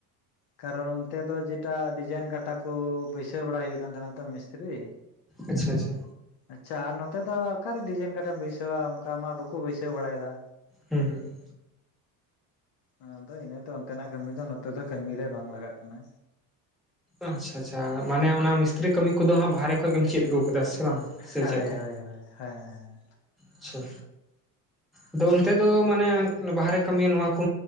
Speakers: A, on the left (about 55°); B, in the centre.
A: ᱠᱟᱨᱚᱱ ᱚᱱᱛᱮ ᱫᱚ ᱡᱮᱴᱟ ᱰᱤᱡᱟᱭᱤᱱ ᱠᱟᱴᱟ ᱠᱚ ᱵᱟᱹᱭᱥᱟᱹᱣ ᱵᱟᱲᱟ ᱦᱩᱭᱩᱜ ᱠᱟᱱ ᱛᱟᱦᱮᱱᱟ ᱛᱚ ᱢᱤᱥᱛᱨᱤ
B: ᱟᱪᱪᱷᱟ ᱟᱪᱪᱷᱟ
A: ᱟᱪᱪᱷᱟ ᱟᱨ ᱱᱚᱛᱮ ᱫᱚ ᱚᱠᱟᱨᱮ ᱰᱤᱡᱟᱭᱤᱱ ᱠᱟᱴᱟᱢ ᱵᱟᱹᱭᱥᱟᱹᱣᱟ ᱚᱱᱠᱟ ᱢᱟ ᱵᱟᱠᱚ ᱵᱟᱹᱭᱥᱟᱹᱣ ᱵᱟᱲᱟᱭᱮᱫᱟ
B: ᱦᱩᱸ ᱦᱩᱸ
A: ᱟᱫᱚ ᱤᱱᱟᱹᱛᱮ ᱚᱱᱛᱮᱱᱟᱜ ᱠᱟᱹᱢᱤ ᱫᱚ ᱱᱚᱛᱮ ᱫᱚ ᱠᱟᱹᱢᱤ ᱨᱮ ᱵᱟᱝ ᱞᱟᱜᱟᱜ ᱠᱟᱱᱟ
B: ᱟᱪᱪᱷᱟ ᱟᱪᱪᱷᱟ ᱢᱟᱱᱮ ᱚᱱᱟ ᱢᱤᱥᱛᱨᱤ ᱠᱟᱹᱢᱤ ᱠᱚᱫᱚ ᱦᱟᱸᱜ ᱵᱟᱨᱦᱮ ᱠᱷᱚᱡ ᱜᱮᱢ ᱪᱮᱫ ᱟᱹᱜᱩ ᱟᱠᱟᱫᱟ ᱥᱮ? ᱵᱟᱝ ᱥᱮ
A: ᱦᱳᱭ
B: ᱪᱮᱫ
A: ᱦᱳᱭ
B: ᱞᱮᱠᱟ
A: ᱦᱳᱭ ᱦᱮᱸ ᱦᱮᱸ
B: ᱟᱪᱪᱷᱟ ᱟᱫᱚ ᱚᱱᱛᱮ ᱫᱚ ᱢᱟᱱᱮ ᱵᱟᱦᱨᱮ ᱠᱟᱹᱢᱤ ᱱᱚᱣᱟ ᱠᱚ